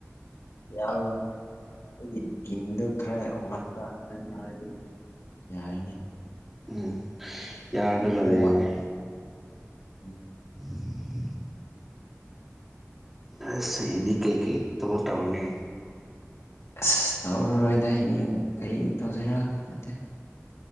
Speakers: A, on the left (about 60°); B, in the centre.
A: ꯌꯥꯎꯑꯣ ꯑꯩꯒꯤ ꯕꯤꯅꯤꯡꯗꯣ ꯈꯔ ꯋꯥꯠꯄ ꯉꯟꯔꯗꯤ ꯌꯥꯔꯤꯅꯤ
B: ꯎꯝ ꯌꯥꯎꯒꯂꯔ
A: ꯈꯔ ꯋꯥꯠꯂꯤ
B: ꯏꯅꯦ
A: ꯎꯝ
B: <unintelligible> ꯑꯁꯗꯤ ꯀꯩꯀꯩ ꯊꯕꯛ ꯇꯧꯔꯅꯤ
A: ꯑꯁ ꯇꯧꯔꯔꯣꯏꯗ ꯍꯌꯦꯡ ꯀꯩ ꯇꯧꯁꯤꯔꯥ ꯈꯟꯗꯦ